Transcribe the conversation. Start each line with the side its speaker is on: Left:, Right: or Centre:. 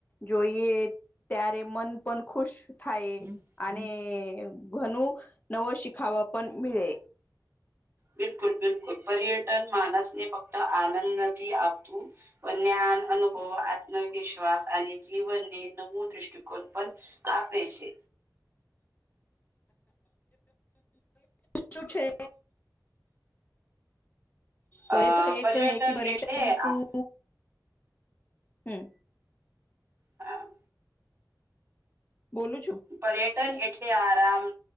Left: જોઈએ ત્યારે મન પણ ખુશ થાય
Right: હમ
Left: અને
Right: હમ
Left: ઘણું નવો શીખાવા પણ મળે.
Right: બિલકુલ બિલકુલ પર્યટન માણસ ને ફક્ત આનંદ નથી આપતુ. પણ જ્ઞાન અનુભવ આત્મવિશ્વાસ અને જીવનને નવો દ્રષ્ટિકોણ પણ આપે છે.
Left: શું છે. હ
Right: અ
Left: એ તો એક
Right: પર્યટન
Left: હૈ પર્યટન
Right: એટલે
Left: તું
Right: આ
Left: હમ
Right: હા
Left: બોલું છુ.
Right: પર્યટન એટલે આરામ